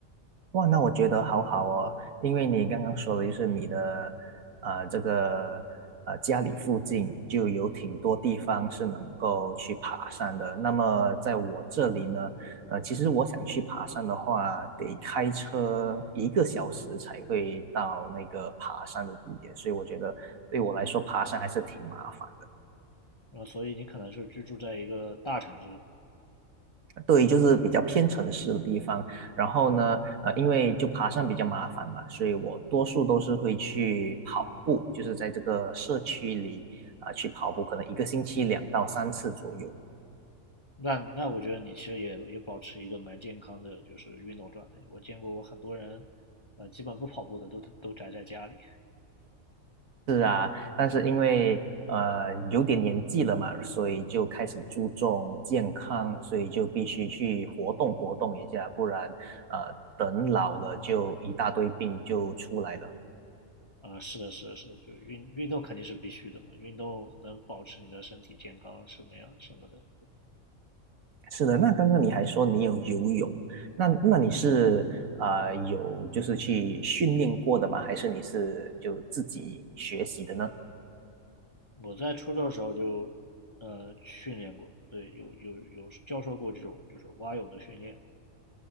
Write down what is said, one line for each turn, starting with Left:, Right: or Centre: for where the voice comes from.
Right: 哇，那我觉得好好哦，因为你刚刚说的就是你的，呃，这个呃家里附近就有挺多地方是能够去爬山的。那么在我这里呢，呃，其实我想去爬山的话，得开车一个小时才会到那个爬山的地点，所以我觉得对我来说爬山还是挺麻烦。
Left: 那所以你可能是居住在一个大城市，
Right: 对，就是比较偏城市的地方。然后呢，呃，因为就爬山比较麻烦嘛，所以我多数都是会去跑步，就是在这个社区里啊、呃去跑步，可能一个星期两到三次左右。
Left: 那那我觉得你其实也也保持一个蛮健康的，就是运动状态。我见过我很多人，呃，基本不跑步的都都宅在家里。
Right: 是啊，但是因为呃有点年纪了嘛，所以就开始注重健康，所以就必须去活动活动一下，不然呃等老了就一大堆病就出来了。
Left: 啊、是的，是的，是的，就是运运动肯定是必须的嘛，运动能保持你的身体健康什么样什么的。
Right: 是的，那刚刚你还说你有游泳，那那你是啊有就是去训练过的吗？还是你是就自己学习的呢？
Left: 我在初中的时候就，呃，训练过，对，有有有教授过这种就是蛙泳的训练，